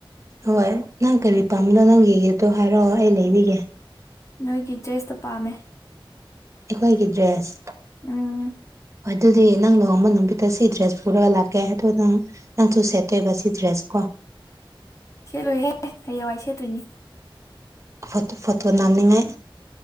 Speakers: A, on the right; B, on the left.
A: ꯍꯣꯏ ꯅꯪ ꯀꯔꯤ ꯄꯥꯝꯕꯅꯣ ꯅꯪꯒꯤ ꯒꯤꯞꯇꯣ ꯍꯥꯏꯔꯛꯑꯣ ꯑꯩ ꯂꯩꯕꯤꯒꯦ
B: ꯅꯣꯏꯒꯤ ꯗ꯭ꯔꯦꯁꯇꯣ ꯄꯥꯝꯃꯦ
A: ꯑꯩꯈꯣꯏꯒꯤ ꯗ꯭ꯔꯦꯁ
B: ꯎꯝ
A: ꯑꯗꯨꯗꯤ ꯅꯪ ꯂꯨꯍꯣꯡꯕ ꯅꯨꯃꯤꯠꯇ ꯁꯤ ꯗ꯭ꯔꯦꯁ ꯄꯨꯔꯒ ꯂꯥꯛꯀꯦ ꯑꯗꯣ ꯅꯪ ꯅꯪꯁꯨ ꯁꯦꯠꯇꯣꯏꯕ ꯁꯤꯗ꯭ꯔꯦꯁ ꯀꯣ
B: ꯁꯦꯠꯂꯣꯏꯍꯦ ꯍꯌꯦꯡꯋꯥꯢ ꯁꯦꯠꯇꯣꯏꯅꯤ
A: ꯐ ꯐꯣꯇꯣ ꯅꯝꯅꯤꯡꯉꯥꯏ